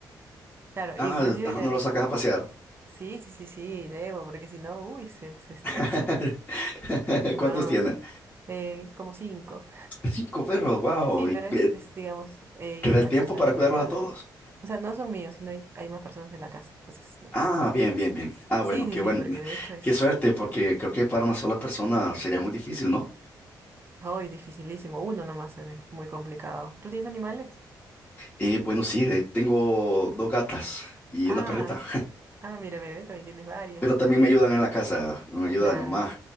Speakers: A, on the right; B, on the left.
A: Claro,
B: Ah,
A: inclusive
B: ah,
A: leer.
B: no lo sacas a pasear.
A: Sí, sí, sí, sí, debo, porque si no, uy, se, se estresa.
B: <laughs>
A: Yo
B: ¿Cuántos
A: no,
B: tienen?
A: eh, como cinco.
B: Cinco perros, wow.
A: Sí,
B: ¿Y
A: pero es,
B: qué-
A: es digamos, ella
B: te da
A: en
B: el
A: la
B: tiempo
A: casa
B: para
A: de
B: cuidarlos
A: padres.
B: a todos?
A: O sea, no son míos, sino hay, hay más personas en la casa. Entonces, no.
B: Ah, bien, bien, bien. Ah,
A: Sí,
B: bueno, qué
A: sí, sí,
B: buen,
A: porque
B: <laughs>
A: de hecho es
B: qué suerte, porque creo que para una sola persona sería muy difícil, ¿no?
A: hoy dificilísimo. Uno nomás se ve muy complicado. ¿Tú tienes animales?
B: Eh, bueno, sí, de- tengo dos gatas y
A: Ay,
B: una perrita.
A: ah, mira, mira, eh, también tienes varias.
B: Pero también me ayudan en la casa, me ayuda
A: Claro.
B: mi mamá,